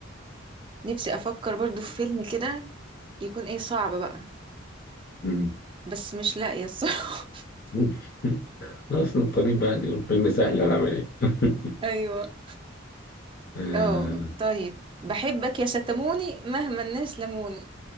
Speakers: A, on the right; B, on the left.
A: نفسي افكر برضو في فيلم كده يكون ايه صعب بقى
B: مم.
A: بس مش لاقية الصراحة <laughs>
B: <laughs> خلاص نضطرين بقى نقول فيلم سهل هنعمل ايه <laughs>
A: أيوة
B: آه.
A: اه طيب بحبك يا شتموني مهما الناس لموني